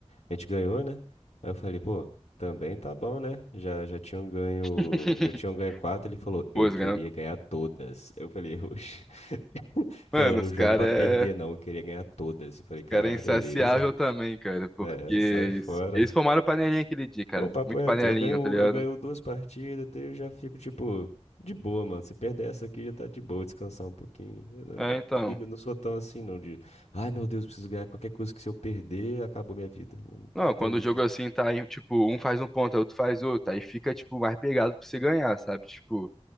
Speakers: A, on the left; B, in the centre.
A: a gente ganhou, né? Aí eu falei, pô, também tá bom, né? Já, já tinham ganho,
B: <laughs>
A: já tinham ganho quatro, ele falou,
B: Pô,
A: eu
B: os
A: queria
B: caras-
A: ganhar todas. Eu falei, oxe. <laughs> Falou,
B: mano,
A: não
B: os caras
A: jogo pra
B: é...
A: perder, não, eu queria ganhar todas. Eu falei,
B: os
A: cara,
B: cara é insaciável
A: beleza.
B: também, cara, porque
A: É,
B: eles
A: sai fora.
B: eles formaram panelinha aquele dia, cara.
A: Pô, papo
B: Muito
A: reto,
B: panelinha,
A: eu ganho,
B: tá ligado?
A: eu ganho duas partidas, até eu já fico, tipo, de boa, mano. Se perder essa aqui, já tá de boa, descansar um pouquinho. Eu não,
B: É, então.
A: não ligo, não sou tão assim, não, de, ai, meu Deus, preciso ganhar qualquer coisa que se eu perder, acabou minha vida. Não,
B: Não,
A: não tem
B: quando
A: muito...
B: o jogo
A: isso.
B: assim tá aí, tipo, um faz um ponto, aí outro faz outro, aí fica, tipo, mais pegado pra você ganhar, sabe? Tipo,